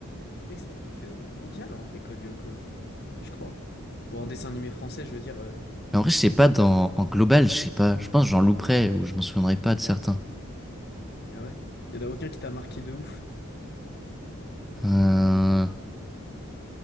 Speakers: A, on the left; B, in the centre.
A: Bah, mec, c'était un phénomène mondial en vrai, Code Lyoko, genre. Je crois. Pour un dessin animé français, je veux dire. euh,
B: Mais en vrai, je sais pas, dans, en global, je sais pas. Je pense que j'en louperais ou je m'en souviendrai pas de certains.
A: Ah ouais. Y en a aucun qui t'a marqué de ouf.
B: Euh...